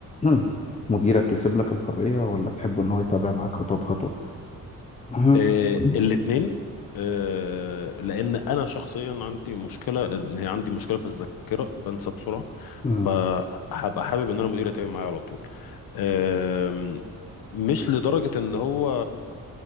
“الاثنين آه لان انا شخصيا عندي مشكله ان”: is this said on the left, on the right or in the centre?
Left